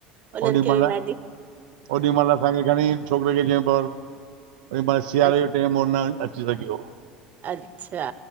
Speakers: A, on the right (about 45°); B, on the right (about 75°).
A: हुन्हन
B: ओॾी
A: खे
B: महिल
A: बि मैडी
B: ओॾी महल असांखे घणईं छोकरे खे चयई पढ ओ महल सियारे
A: अ-
B: जो टेम हो न अची सघियो
A: अच्छा